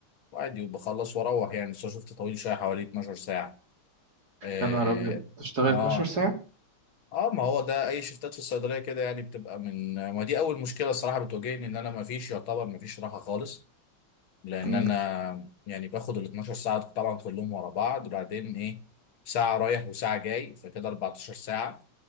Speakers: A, on the left (about 75°); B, on the right (about 50°).
A: وعادي وبخلص واروح يعني بس هو شيفت طويل شويه حوالي 12 ساعه اه
B: يا نهار ابيض تشتغل 12
A: اه
B: ساعة
A: آه، ما هو ده اي شيفتات في الصيدليه كده يعني بتبقى من ما دي اول مشكله الصراحه بتواجهني ان انا ما فيش يعتبر ما فيش راحه خالص لان
B: امم
A: انا يعني باخد ال 12 ساعه طبعا كلهم ورا بعض وبعدين ايه ساعه رايح وساعه جاي فكده 14 ساعه